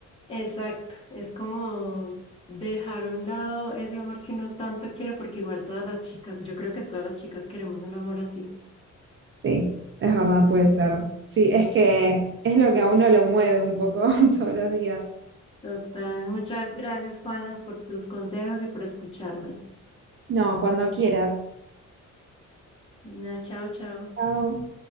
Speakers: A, on the left (about 20°); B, on the right (about 40°).
A: Exacto, es como dejar a un lado ese amor que uno tanto quiere, porque igual todas las chicas, yo creo que todas las chicas queremos un amor así.
B: Sí, es verdad, puede ser. Sí, es que es lo que a uno lo mueve un poco <laughs> todos los días.
A: Total, muchas gracias Juana por tus consejos y por escucharme.
B: No, cuando quieras.
A: Na, chao, chao.
B: Chao.